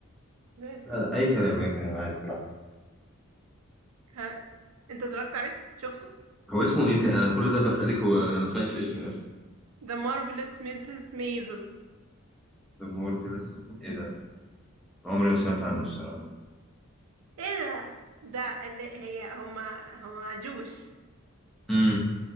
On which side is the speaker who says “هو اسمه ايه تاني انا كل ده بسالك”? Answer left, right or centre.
Centre